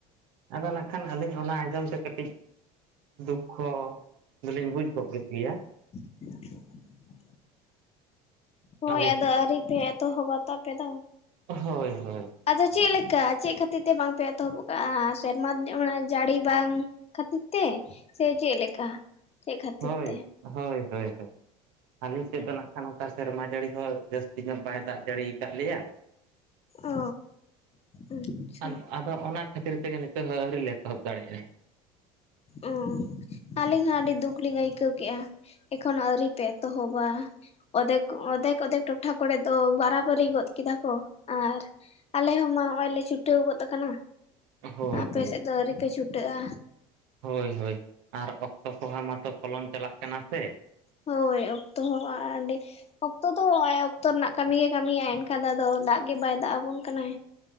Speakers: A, on the right; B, on the left.
A: ᱟᱫᱚ ᱱᱟᱜᱠᱷᱟᱱ ᱟᱹᱞᱤᱧ ᱚᱱᱟ ᱟᱸᱡᱚᱢ ᱛᱮ ᱠᱟᱹᱴᱤᱡ᱾ ᱫᱩᱠᱠᱷᱚ ᱫᱚᱞᱤᱧ ᱵᱩᱡᱽ ᱜᱚᱜ ᱠᱮᱫ ᱜᱮᱭᱟ᱾
B: <unintelligible> ᱦᱳᱭ
A: ᱟᱹᱞᱤᱧ
B: ᱟᱫᱚ
A: ᱥᱮᱫ
B: ᱟᱹᱣᱨᱤ ᱯᱮ ᱮᱛᱚᱦᱚᱵ ᱟᱛᱚ ᱟᱯᱮ ᱫᱚ?
A: ᱦᱳᱭ ᱦᱳᱭ᱾
B: ᱟᱫᱚ ᱪᱮᱫ ᱞᱮᱠᱟ ᱪᱮᱫ ᱠᱷᱟᱹᱛᱤᱨ ᱛᱮ ᱵᱟᱝᱯᱮ ᱮᱛᱚᱦᱚᱵ ᱠᱟᱜᱼᱟ ᱥᱮᱨᱢᱟ ᱢᱟᱱᱮ ᱡᱟᱹᱲᱤ ᱵᱟᱝ? ᱠᱷᱟᱹᱛᱤᱨ ᱛᱮ ᱥᱮ ᱪᱮ ᱞᱮᱠᱟ? ᱪᱮᱫ ᱠᱷᱟᱹᱛᱤᱨ
A: ᱦᱳᱭ
B: ᱛᱮ
A: ᱦᱳᱭ ᱦᱳᱭ ᱦᱳᱭ᱾ ᱟᱞᱮᱥᱤᱫ ᱫᱚ ᱠᱷᱟᱱ ᱚᱱᱠᱟ ᱥᱮᱨᱢᱟ ᱡᱟᱹᱲᱤ ᱦᱚᱸ ᱡᱟᱹᱥᱛᱤ ᱧᱚᱜ ᱵᱟᱭ ᱫᱟᱜ ᱡᱟᱹᱲᱤᱠᱟᱜ ᱞᱮᱭᱟ᱾
B: ᱚ ᱟᱪᱪᱷᱟ
A: ᱟᱫ ᱟᱫᱚ ᱚᱱᱟ ᱠᱷᱟᱹᱛᱤᱨ ᱛᱮᱜᱮ ᱱᱤᱛᱳᱜ ᱦᱚᱹ᱾ ᱞᱮ ᱮᱛᱚᱦᱚᱵ ᱫᱟᱲᱮᱼᱟ᱾
B: ᱚᱸ ᱟᱹᱞᱤᱧ ᱦᱚᱸ ᱟᱹᱰᱤ ᱫᱩᱠ ᱞᱤᱧ ᱟᱹᱭᱠᱟᱹᱣ ᱠᱮᱜᱼᱟ ᱮᱠᱷᱚᱱ ᱟᱹᱣᱨᱤ ᱯᱮ ᱛᱚᱦᱚᱵᱟ᱾ ᱚᱫᱷᱮᱠ ᱚᱫᱷᱮᱠ ᱚᱫᱷᱮᱠ ᱴᱚᱴᱷᱟ ᱠᱚᱨᱮ ᱫᱚ ᱵᱟᱨᱟᱵᱟᱨᱤ ᱜᱚᱫ ᱠᱮᱫᱟ ᱠᱚ ᱟᱨ, ᱟᱞᱮ ᱦᱚᱸᱢᱟ ᱦᱚᱜᱼᱚᱭ ᱞᱮ ᱪᱷᱩᱴᱟᱹᱣ ᱜᱚᱫ ᱠᱟᱱᱟ
A: ᱦᱳᱭ
B: ᱟᱯᱮ
A: ᱦᱳᱭ
B: ᱥᱮᱫ ᱫᱚ ᱟᱹᱣᱨᱤᱯᱮ ᱪᱷᱩᱴᱟᱹᱜᱼᱟ᱾
A: ᱦᱳᱭ ᱦᱳᱭ ᱟᱨ ᱚᱠᱛᱚ ᱠᱚᱦᱚᱸ ᱢᱟᱛᱚ ᱯᱚᱞᱚᱢ ᱪᱟᱞᱟᱜ ᱠᱟᱱᱟ ᱥᱮ᱾
B: ᱦᱳᱭ ᱚᱠᱛᱚ ᱦᱚᱸ ᱟ ᱟᱸᱰᱤ᱾ ᱚᱠᱛᱚ ᱫᱚ ᱟᱭᱜ ᱚᱠᱛᱚ ᱨᱮᱱᱟᱜ ᱠᱟᱹᱢᱤ ᱜᱮ ᱠᱟᱹᱢᱤᱟᱭ ᱮᱱᱠᱷᱟᱱ ᱫᱚ ᱟᱫᱚ ᱫᱟᱜ ᱜᱮ ᱵᱟᱭ ᱫᱟᱜ ᱟᱵᱚᱱ ᱠᱟᱱᱟᱭ᱾